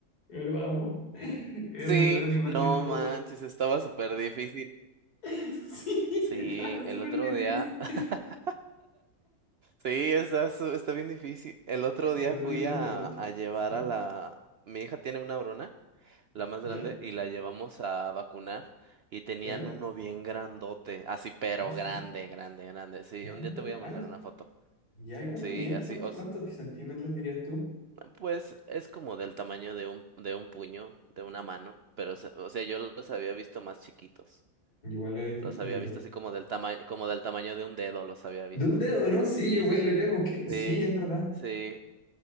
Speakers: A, on the left (about 90°); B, on the right (about 60°).
A: Yo lo amo. Es
B: Sí,
A: el mejor animal
B: no
A: de todos.
B: manches, estaba súper difícil.
A: <laughs> Sí,
B: Sí,
A: está
B: el
A: súper
B: otro
A: difícil.
B: día. <laughs>
A: <laughs>
B: Sí, está, su- está bien difícil. El otro día
A: Pero a
B: fui
A: mí me gusta
B: a,
A: mucho.
B: a llevar
A: Sí,
B: a la. Mi hija tiene una brona. la más
A: ya,
B: grande, y la llevamos a vacunar y tenían
A: ya.
B: uno bien grandote, así pero
A: Ah, sí.
B: grande, grande, grande. Sí,
A: Grande.
B: un día te voy a mandar
A: Ay,
B: una foto.
A: ya. ¿Y cuánto
B: Sí,
A: mide?
B: así,
A: ¿Cuánto,
B: o
A: cuántos
B: s-
A: centímetros dirías tú?
B: pues es como del tamaño de un, de un puño, de una mano, pero se- o sea, yo los había visto más chiquitos.
A: Yo Igual lo he visto
B: Los
A: chiquito.
B: había visto así como del tamaño, como del tamaño de un dedo, los había visto.
A: De un dedo, ¿no? Sí,
B: Y
A: yo igual
B: ese es,
A: le tenemos que...
B: sí,
A: Sí, es verdad.
B: sí,